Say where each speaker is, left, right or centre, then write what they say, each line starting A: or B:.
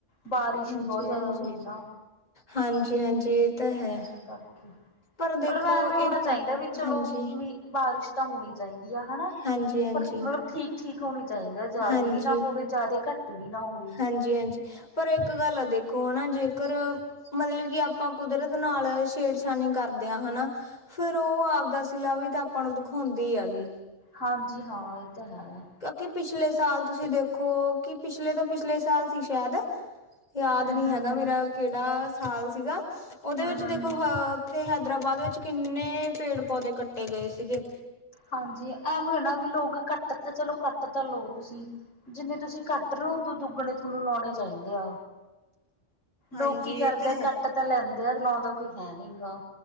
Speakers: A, on the left (about 85°); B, on the left (about 30°).
A: ਬਾਰਿਸ਼
B: ਹਾਂਜੀ
A: ਈ ਬਹੁਤ ਜ਼ਿਆਦਾ
B: ਹਾਂਜੀ
A: ਹੋਈ ਨਾ।
B: ਹਾਂਜੀ -ਹਾਂਜੀ ਤਾਂ ਹੈ
A: ਏਸੇ ਕਰਕੇ
B: ਪਰ ਦੇਖੋ
A: ਮਤਲਬ ਐਵੇਂ ਹੋਣਾ
B: ਇੱਕ
A: ਚਾਈਂਦਾ ਵੀ ਚਲੋ
B: ਹਾਂਜੀ
A: ਮੀ ਬਾਰਿਸ਼ ਤਾਂ ਹੋਣੀ ਚਾਈਂਦੀ ਆ ਹਨਾ
B: ਹਾਂਜੀ ਹਾਂਜੀ
A: ਪਰ ਮਤਲਬ ਠੀ ਠੀਕ ਹੋਣੀ ਚਾਈਂਦਾ ਜ਼ਾਦੇ
B: ਹਾਂਜੀ,
A: ਵੀ ਨਾ ਹੋਵੇ, ਜ਼ਾਦੇ ਘੱਟ ਵੀ ਨਾ ਹੋਵੇ।
B: ਹਾਂਜੀ-ਹਾਂਜੀ ਪਰ ਇੱਕ ਗੱਲ ਆ ਦੇਖੋ ਹਨਾ ਜੇਕਰ ਮਤਲਬ ਕੀ ਆਪਾਂ ਕੁਦਰਤ ਨਾਲ ਛੇੜਛਾਨੀ ਕਰਦੇ ਆਂ ਹਨਾਂ ਫਿਰ ਉਅ ਆਵਦਾ ਸਿਲਾ ਵੀ ਤਾ ਆਪਾ ਨੂੰ ਦਖੌਂਦੀ ਆਗੀ।
A: ਹਾਂਜੀ-ਹਾਂ ਇਹ ਤਾਂ ਹੈ।
B: ਕਿਉਕਿ ਪਿਛਲੇ ਸਾਲ ਤੁਸੀ ਦੇਖੋ ਕਿ ਪਿਛਲੇ ਤੋ ਪਿਛਲੇ ਸਾਲ ਸੀ ਸ਼ਾਇਦ ਯਾਦ
A: ਹੂੰ
B: ਨੀਂ
A: ਹੂੰ
B: ਹੈਗਾ ਮੇਰਾ ਕਿਹੜਾ ਸਾਲ ਸੀਗਾ ਉਹਦੇ
A: ਹੂੰ
B: ਵਿੱਚ
A: ਹੂੰ
B: ਦੇਖੋ ਹਅ ਇੱਥੇ ਹੈਦਰਾਬਾਦ ਵਿੱਚ ਕਿੰਨੇ ਪੇੜ-ਪੌਦੇ ਕੱਟੇ ਗਏ ਸੀਗੇ।
A: ਹਾਂਜੀ ਐਮੀ ਆ ਨਾ ਵੀ ਲੋਗ ਕੱਟ ਤੇ ਚਲੋ ਕੱਟ ਤਾ ਲਓ ਤੁਸੀਂ। ਜਿੰਨੇ ਤੁਸੀ ਕੱਟ ਰਹੇ ਹੋ ਓਦੂ ਦੁੱਗਣੇ ਥੋਨੂੰ ਲੌਣੇ ਚਾਈਂਦੇ ਆ।
B: <inaudible> ਹਾਂਜੀ
A: ਲੋਕ ਕੀ ਕਰਦੇ
B: ਇਹ ਤਾਂ
A: ਆਂ
B: ਹੈ,
A: ਕੱਟ ਤਾ ਲੈਂਦੇ ਆ ਲਾਉਂਦਾ ਕੋਈ ਹੈ ਨੀਂ ਗਾ।